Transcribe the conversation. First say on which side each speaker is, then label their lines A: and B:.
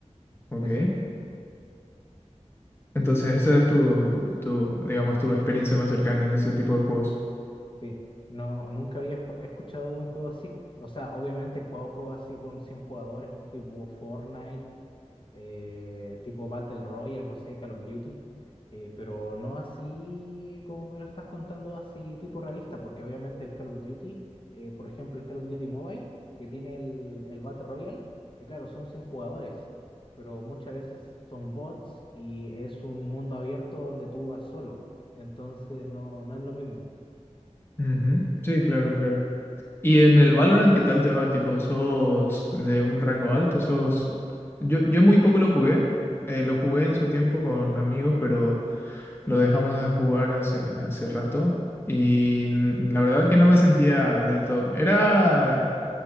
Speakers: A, on the left (about 20°); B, on the left (about 45°).
A: Ok.
B: ese.
A: Entonces, esa es tu, tu, digamos, tu experiencia más cercana en ese tipo de juegos.
B: Sí, no, nunca había ju- escuchado de un juego así. O sea, obviamente he jugado juegos así con 100 jugadores, tipo Fortnite, eh, tipo Battle Royale, no sé, Call of Duty, eh, pero no así como me lo estás contando, así tipo realista, porque obviamente el Call of Duty, eh, por ejemplo, el Call of Duty Mobile, que tiene el, el Battle Royale, y claro, son 100 jugadores, pero muchas veces son bots y es un mundo abierto donde tú vas solo, entonces no, no es lo mismo.
A: Ujú. Sí, claro, claro. ¿Y en el Valorant qué tal te va? Tipo, ¿sos de un rango alto? ¿Sos...? Yo, yo muy poco lo jugué. eh, lo jugué en su tiempo con amigos, pero... Lo dejamos de jugar hace, hace rato y n- la verdad que no me sentía del todo. Era